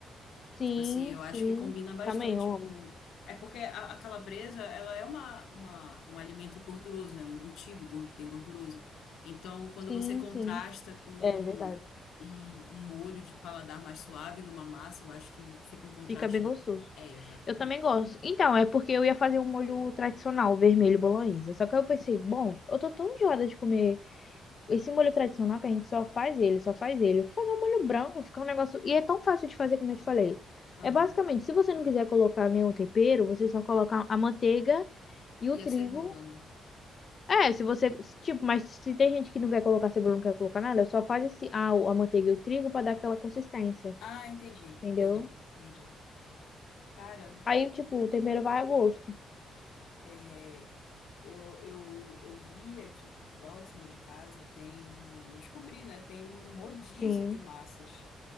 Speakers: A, on the left; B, on the left.
A: Sim,
B: Tipo assim, eu acho
A: sim.
B: que combina bastante
A: Também eu
B: com.
A: amo.
B: É porque a, a calabresa, ela é uma, uma- um alimento gorduroso, né? Um embutido gor- bem gorduroso. Então, quando
A: Sim,
B: você contrasta
A: sim.
B: com um,
A: É verdade.
B: um molho de paladar mais suave numa massa, eu acho que fica um contraste.
A: Fica bem gostoso.
B: É, exatamente.
A: Eu também gosto. Então, é porque eu ia fazer um molho tradicional, vermelho bolonhesa. Só que aí eu pensei, bom, eu tô tão enjoada de comer esse molho tradicional que a gente só faz ele, só faz ele. Vou fazer um molho branco, fica um negócio. E é tão fácil de fazer como eu te falei.
B: Aham.
A: É basicamente, se você não quiser colocar nenhum tempero, você só coloca a manteiga e o
B: E
A: trigo
B: a cebola, né?
A: É, se você. se- Tipo, mas se tem gente que não quer colocar cebola, não quer colocar nada, só faz esse, a, a manteiga e o trigo pra dar aquela consistência,
B: Ah, entendi,
A: entendeu?
B: entendi, entendi. Cara,
A: Aí, tipo, o tempero vai a gosto.
B: é, Eu, eu, eu vi aqui próximo de casa, tem um, eu descobri, né? Tem um rodízio
A: Sim.
B: de massas.